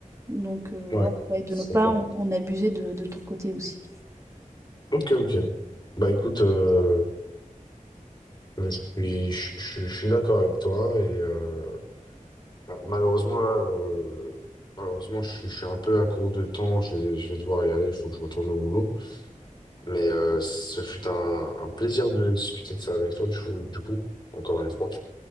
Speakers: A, on the right; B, on the left.
A: Donc, euh,
B: ouais,
A: ouais, ouais, de
B: je
A: ne pas
B: comprends.
A: en, en abuser de, de ton côté aussi.
B: Ok, ok. Bah écoute, euh, je suis, je, je- je suis d'accord avec toi et euh, bah, malheureusement là, euh, malheureusement je, je suis un peu à court de temps, je, vais- je vais devoir y aller, il faut que je retourne au boulot. Mais euh, ce fut un, un plaisir de discuter de ça avec toi, du coup, du coup, encore une fois.